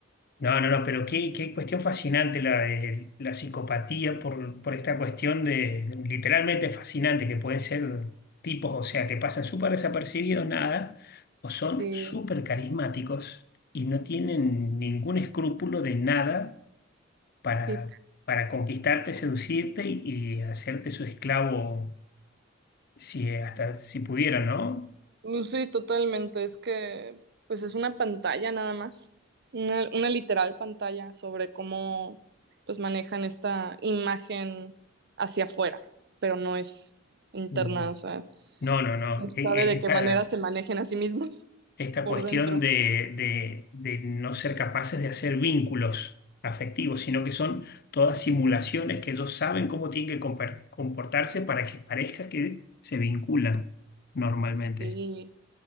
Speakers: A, on the left; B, on the right.
A: No, no, no, pero qué, qué cuestión fascinante la, de la psicopatía por, por esta cuestión de literalmente fascinante que pueden ser tipos, o sea, que pasan súper desapercibidos, nada, o son
B: Sí,
A: súper carismáticos y no tienen ningún escrúpulo de nada para,
B: sí.
A: para conquistarte, seducirte y, y hacerte su esclavo si hasta si pudieran, ¿no?
B: Mm, Sí, totalmente. Es que, pues es una pantalla nada más, una, una literal pantalla sobre cómo, pues manejan esta imagen hacia afuera, pero no es interna,
A: Mm.
B: o sea,
A: No, no, no.
B: no sabe
A: e- e-
B: de qué
A: está-
B: manera se manejen a sí mismos <laughs>
A: esta
B: por
A: cuestión
B: dentro.
A: de, de- de no ser capaces de hacer vínculos afectivos, sino que son todas simulaciones que ellos saben cómo tienen que compar- comportarse para que parezca que se vinculan normalmente.
B: Y